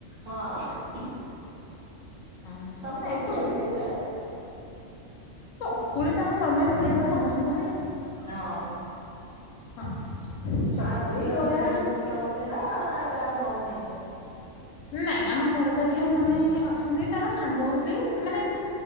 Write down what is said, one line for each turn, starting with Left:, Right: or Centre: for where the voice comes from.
Right: ହଁ।
Left: ହଁ
Right: ଚକୁଳି
Left: ହଁ ନାଇଁ
Right: ପିଠା
Left: ପୋଡ
Right: ବି ହୁଏ।
Left: ଚକୁଳି ତ ଆମ ନର୍ମାଲି ଓଡ଼ିଆ ଘରେ ସମସ୍ତଙ୍କ ଘରେ ଆଉ।
Right: ହଁ
Left: ହଁ ଚକୁଳି
Right: ଆ ଝିଅ
Left: ବରା
Right: ଝିଅ ଦୁଷ୍ ଦୁଷ୍ଟ ହଉଛି ନା ଏବେ ଆଉ ହଉନି।
Left: ନାଇଁ ଆମ ଘର ପାଖରେ ଜଣେ ଅଛନ୍ତି ତାର ସାଙ୍ଗ ବୋଲି। ମାନେ